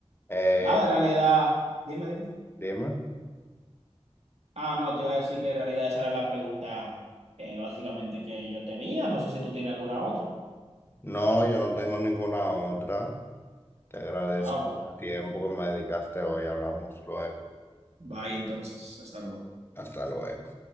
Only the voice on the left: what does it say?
eh,
dime.
No, yo no tengo ninguna otra. Te agradezco
el tiempo que me dedicaste hoy. Hablamos luego.
Hasta luego.